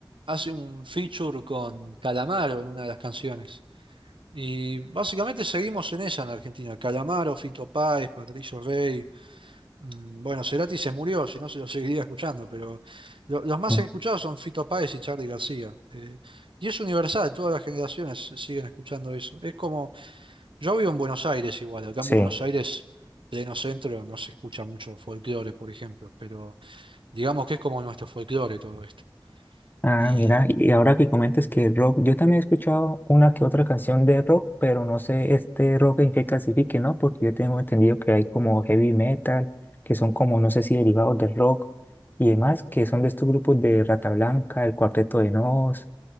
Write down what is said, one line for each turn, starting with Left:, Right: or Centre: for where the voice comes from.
Right: hace un feature con Calamaro en una de las canciones. Y básicamente seguimos en esa en Argentina. Calamaro, Fito Páez, Patricio Rey. Mm, Bueno, Cerati se murió, si no se lo seguiría escuchando, pero lo- los más
Left: mm,
Right: escuchados son Fito Páez y Charly García. eh, y es universal, todas las generaciones siguen escuchando eso. Es como, yo vivo en Buenos Aires igual, acá
Left: sí.
Right: en Buenos Aires, pleno centro, no se escucha mucho folclore, por ejemplo, pero digamos que es como nuestro folclore todo esto.
Left: Ah,
Right: Y
Left: mira, y ahora que comentas que rock, yo también he escuchado una que otra canción de rock, pero no sé este rock en qué clasifique, ¿no? Porque yo tengo entendido que hay como heavy metal, que son como, no sé si derivados del rock y demás, que son de estos grupos de Rata Blanca, el Cuarteto de Nos,